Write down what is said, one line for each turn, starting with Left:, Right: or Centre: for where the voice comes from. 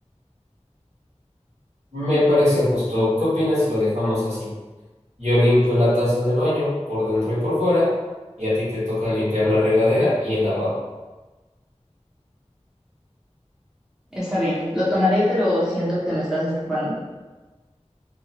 Right: Me parece justo. ¿Qué opinas si lo dejamos así? Yo limpio la taza del baño por dentro y por fuera, y a ti te toca limpiar la regadera y el lavabo.
Centre: Está bien, lo tomaré, pero siento que me estás escapando.